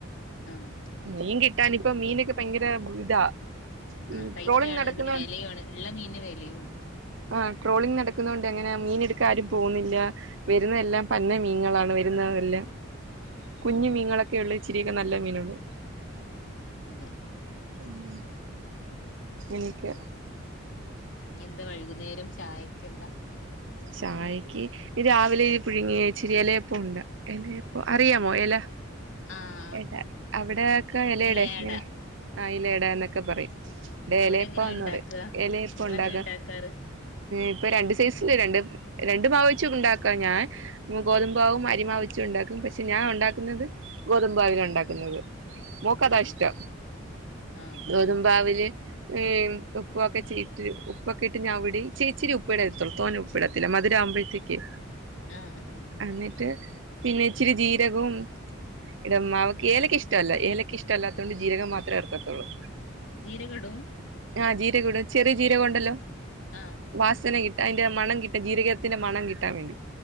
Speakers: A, on the left; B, on the right.
A: ആഹ്
B: മീൻ കി ട്ടാനിപ്പം മീനൊക്കെ ഭയങ്കര ഇതാ
A: ആ
B: ഈ
A: ടൈറ്റ്
B: ട്രോളിംഗ്
A: ആണ്.
B: നടക്കുന്ന
A: പിന്നെ വെലയ്യാണ്. ഇള്ള മീനിന് വെലയൂണ്ട്.
B: ആ ട്രോളിംഗ് നടക്കുണോണ്ട് അങ്ങനെ മീനെടുക്ക ആരും പോകുന്നില്ല. വരുന്ന എല്ലാം പന്ന മീനുകളാണ് വരുന്നതെല്ലാം. കുഞി
A: ആഹ്
B: മീനങ്ങളൊക്കെയൊള്ളു ഇച്ചിരിയൊക്കെ നല്ല മീനേള്.
A: അതെ
B: ഉം എനിക്ക്
A: ഇഞ് എന്താ വൈകുന്നേരം ചായക്കെന്താ.
B: ചായക്ക് രാവിലെ ഇ പുഴുങ്ങിയച്ചിരി എലയപ്പ ഉണ്ട്. എലയപ്പോ അറിയാമോ എല
A: ആഹ് ആഹ്
B: എടാ അവിടെ ഒക്കെ എലട.
A: ഈ ലേട
B: ഇങ്ങനെ ആ ഇലയടാ ഇന്നൊക്കെ പറയും
A: ആഹ്
B: ടെ
A: അവിടെ
B: എലയപ്പ
A: എങ്ങനെയാ
B: ഇന്ന്
A: ഇണ്ടാക്കാ
B: പറി. എലയപ്പ
A: നിങ്ങളെങ്ങനെയാ
B: ഉണ്ടാക്ക.
A: ഇണ്ടാക്കാറ്
B: ഇപ്പൊ രണ്ടു സൈസ് രണ്ട് രണ്ടുമാവ് വെച്ചും ഉണ്ടാക്കാഞാൻ ഗോതമ്പാവും അരിമാവ് വെച്ചും ഉണ്ടാക്കും. പക്ഷെ ഞാൻ ഉണ്ടാക്കുന്നത് ഗോതമ്പാവിന ഉണ്ടാക്കുന്നത്. മോക്കതാ
A: ആഹ്
B: ഇഷ്ടം
A: ആഹ് ആഹ്
B: ഗോതമ്പാവില്.
A: ആഹ്
B: ഏഹ് ഉപ്പൊക്കെ ചീട്ട് ഉപ്പൊക്കെ ഇട്ട് ഞവിടി ഇച്ചിരി ഇച്ചിരി ഉപ്പിട അത്രത്തോനെ ഉപ്പിടത്തില്ല. മദുരവുമ്പോഴത്തേക്ക്
A: ആഹ് ആഹ്
B: അന്നിട്ട് പിന്നെ ഇച്ചിരി ജീരകവും. ഇടു മാവ്ക്ക് ഏലക്ക ഇഷ്ട അല്ല. ഏലക്ക ഇഷ്ടല്ലാത്തോണ്ട് ജീരകം മാത്രം ചേർക്കത്തൊള്ളൂ.
A: ജീരകം ഇടും
B: ആഹ് ജീരകിടും. ചെറിയ ജീരകം ഉണ്ടല്ലോ.
A: ആ
B: വാസന കിട്ടാൻ. അതിന്റെ മണം കിട്ടാ. ജീരകത്തിന്റെ മണം കിട്ടാൻ വേണ്ടി